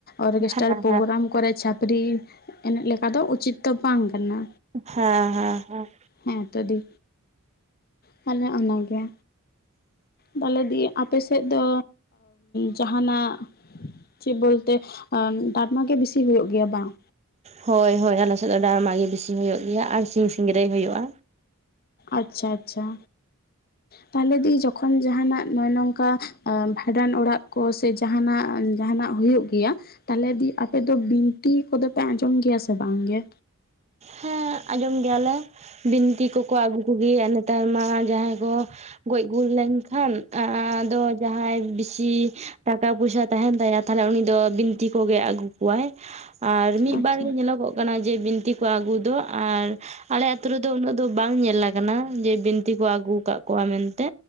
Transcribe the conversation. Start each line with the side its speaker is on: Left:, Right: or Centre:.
Left: ᱚᱨᱜᱮᱥᱴᱟᱨ
Right: ᱦᱮᱸ
Left: ᱯᱨᱳᱜᱨᱟᱢ
Right: ᱦᱮᱸ
Left: ᱠᱚᱨᱮ ᱪᱷᱟᱯᱨᱤ ᱮᱱᱮᱡ ᱞᱮᱠᱟ ᱫᱚ ᱩᱪᱤᱛ ᱫᱚ ᱵᱟᱝ ᱠᱟᱱᱟ᱾
Right: ᱦᱮᱸ ᱦᱮᱸ ᱦᱮᱸ᱾
Left: ᱦᱮᱸ ᱛᱚ ᱫᱤ᱾ ᱛᱟᱦᱞᱮ ᱚᱱᱟᱜᱮ ᱛᱟᱞᱮ ᱫᱤ ᱟᱯᱮ ᱥᱮᱫ ᱫᱚ ᱡᱟᱸᱦᱟᱸᱱᱟᱜ ᱪᱮᱫ ᱵᱚᱞᱛᱮ ᱰᱟᱨᱢᱟ ᱜᱮ ᱵᱤᱥᱤ ᱦᱩᱭᱩᱜ ᱜᱮᱭᱟ ᱵᱟᱝ?
Right: ᱦᱳᱭ ᱦᱳᱭ ᱟᱞᱮᱥᱮᱫ ᱫᱚ ᱰᱟᱨᱢᱟ ᱜᱮ ᱵᱤᱥᱤ ᱦᱩᱭᱩᱜ ᱜᱮᱭᱟ ᱟᱨ ᱥᱤᱧ ᱥᱤᱝᱨᱟᱹᱭ ᱦᱩᱭᱩᱜᱼᱟ᱾
Left: ᱟᱪᱪᱷᱟ ᱟᱪᱪᱷᱟ᱾ ᱛᱟᱦᱚᱞᱮ ᱫᱤ ᱡᱚᱠᱷᱚᱱ ᱡᱟᱸᱦᱟᱸᱱᱟᱜ ᱱᱚᱭ ᱱᱚᱝᱠᱟ ᱵᱷᱟᱸᱰᱟᱱ ᱚᱲᱟᱜ ᱠᱚ ᱥᱮ ᱡᱟᱸᱦᱟᱸᱱᱟᱜ ᱡᱟᱸᱦᱟᱸᱱᱟᱜ ᱦᱩᱭᱩᱜᱜᱮᱭᱟ ᱛᱟᱦᱚᱞᱮ ᱫᱤ ᱟᱯᱮ ᱫᱚ ᱵᱤᱱᱛᱤ ᱠᱚᱫᱚ ᱯᱮ ᱟᱸᱡᱚᱢ ᱜᱮᱭᱟ ᱥᱮ ᱵᱟᱝ ᱜᱮ?
Right: ᱦᱮᱸ ᱟᱸᱡᱚᱢ ᱜᱮᱭᱟᱞᱮ ᱵᱤᱱᱛᱤ ᱠᱚᱠᱚ ᱟᱹᱜᱩ ᱠᱚᱜᱮᱭᱟ ᱚᱱᱮ ᱱᱮᱛᱟᱨ ᱢᱟ ᱡᱟᱦᱟᱸᱭ ᱠᱚ ᱜᱚᱡ ᱜᱩᱨ ᱞᱮᱱᱠᱷᱟᱱ ᱟᱫᱚ ᱡᱟᱦᱟᱸᱭ ᱵᱤ ᱥᱤ ᱴᱟᱠᱟ ᱯᱚᱭᱥᱟ ᱛᱟᱦᱮᱸᱱ ᱛᱟᱭᱟ ᱛᱟᱦᱚᱞᱮ ᱩᱱᱤ ᱫᱚ ᱵᱤᱱᱛᱤ ᱠᱚᱜᱮ ᱟᱹᱜᱩ ᱠᱚᱣᱟᱭ, ᱟᱨ ᱢᱤᱫ
Left: ᱟᱪᱪᱷᱟ
Right: ᱵᱟᱨ ᱜᱮ ᱧᱮᱞᱚᱜᱚᱜ ᱠᱟᱱᱟ ᱡᱮ ᱵᱤᱱᱛᱤ ᱠᱚ ᱟᱹᱜᱩ ᱫᱚ ᱟᱨ ᱟᱞᱮ ᱟᱛᱳ ᱨᱮᱫᱚ ᱩᱱᱟᱹᱜ ᱫᱚ ᱵᱟᱝ ᱧᱮᱞ ᱟᱠᱟᱱᱟ ᱡᱮ ᱵᱤᱱᱛᱤ ᱠᱚ ᱟᱹᱜᱩᱠᱟᱜ ᱠᱚᱣᱟ ᱢᱮᱱᱛᱮ